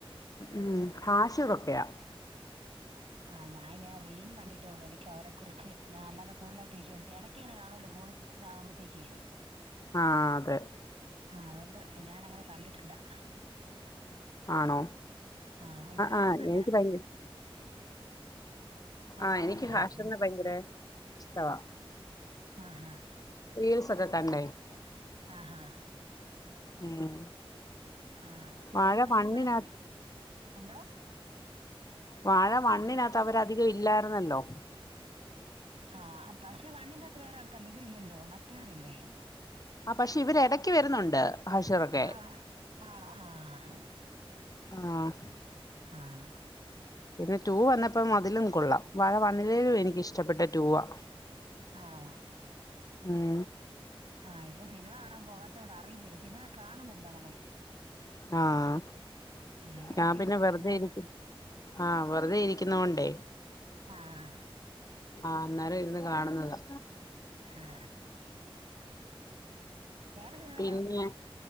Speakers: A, on the left; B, on the right.
A: ഉം ഹാഷിറൊക്കെയാ.
B: ആഹ് ഞാൻ ഇങ്ങനെ റീൽ കണ്ടിട്ടേയുള്ളൂ, എനിക്ക്‌ അവരെ കുറിച്ച് ഞാൻ അല്ലാതെ കൂടുതലായിട്ട് വിചാരിച്ച്, ഇടയ്ക്കിങ്ങനെ കാണൂലോ ഫോണിൽ. ഇതാവുമ്പത്തേക്ക്.
A: ആഹ് അതെ
B: ആഹ് ആഹ് അതോണ്ട് ഞാൻ അങ്ങനെ കണ്ടിട്ടില്ല. <unintelligible>
A: ആണോ
B: ആണോ, ആഹ് ഇവിടെ അവൻ
A: ആഹ്
B: കണ്ട്.
A: എനിക്ക് ഭയങ്ക
B: ആ
A: ആഹ്
B: പറയടി
A: എനിക്ക് ഹാഷിറിന് ഭയങ്കര ഇഷ്ടവാ.
B: ആഹ്
A: റീൽസ് ഒക്കെ കണ്ടായിരുന്നു.
B: ആഹ്
A: ഉം
B: ആഹ്
A: വാഴ
B: ഞാൻ കഴിഞ്ഞ
A: വണ്ണിനാ
B: ദിവസം ഒരു, എന്തോ.
A: വാഴ വൺ അകത്ത് അവർ അധികം ഇല്ലായിരുന്നല്ലോ?
B: ആഹ് പക്ഷെ വണ്ണിന്റെ അകത്ത് വേറെ ആൾക്കാരല്ലേ, ഇവരില്ലല്ലോ മറ്റവരല്ലേ?
A: ആഹ് പക്ഷെ ഇവര് ഇടയ്ക്ക് വരുന്നുണ്ട് ഹാഷിറൊക്കെ.
B: ആ ആണോ ആഹ്
A: ആഹ്
B: ആഹ്
A: പിന്നെ റ്റൂ വന്നപ്പം അതിലും കൊള്ളാം, വാഴ വണ്ണിലേറും എനിക്കിഷ്ടപ്പെട്ട റ്റൂവാ.
B: ആണോ
A: ഉം
B: ആഹ് ഇവിടെ സിനിമ കാണാൻ പോകാത്തത് കൊണ്ട് അറിയത്തില്ല, സിനിമ കാണുന്നില്ല അങ്ങനെ.
A: ആഹ്
B: ഇവരൊക്കെ
A: ഞാൻ
B: ഇങ്ങനെ
A: പിന്നെ
B: പറഞ്ഞത്
A: വെറുതെ ഇരിക്കും, ആഹ് വെറുതെ ഇരിക്കുന്നോണ്ട്.
B: ആഹ്
A: ആഹ് അന്നേരം ഇരുന്ന് കാണുന്നതാ.
B: ആ വേറെ സിനിമ
A: പിന്നെ